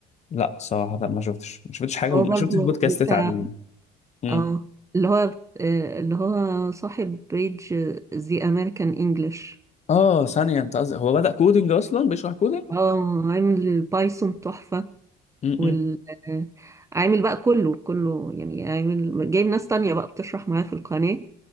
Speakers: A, on the left; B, on the right.
A: لا صراحة ما شفتش ما شفتش حاجة
B: هو
A: ما
B: برضو
A: شفتش بودكاست
B: بتاع
A: تعليمي مم.
B: اه اللي هو آه، اللي هو صاحب بيج زي امريكان انجلش
A: اه ثانية انت قصدك هو بدأ كودينج اصلا بيشرح كودينج
B: اه عامل البايثون تحفة
A: م-م.
B: وال آه، عامل بقى كله كله يعني عامل جايب ناس تانية بقى بتشرح معاه في القناة